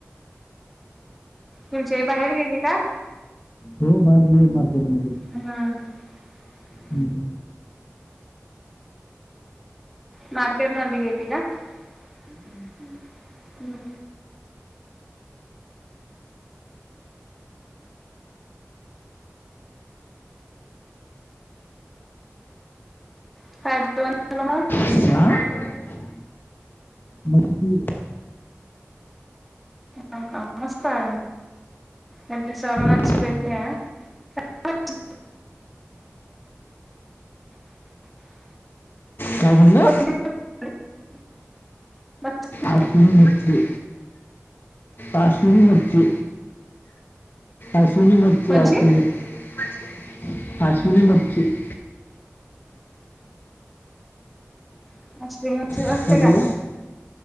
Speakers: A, in the centre; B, on the left.
A: तुमची आई बाहेर गेली का
B: हो बाहेर गेली मार्केटमध्ये.
A: हम्म <inaudible>
B: हम्म.
A: मार्केटमध्ये गेली का? हम्म. <unintelligible>
B: <unintelligible> नक्की
A: हों का मस्त आहे. या दिवसात मच्छी
B: हम्म,
A: भेटते हा. <unintelligible> <unintelligible>
B: काय म्हटलं
A: <unintelligible>
B: आश्विनी मुच्छी, आश्विनी मुच्छी आश्विनी
A: कोणची
B: <unintelligible> आश्विनी <unintelligible>
A: <unintelligible> वरची
B: हॅलो
A: असते का?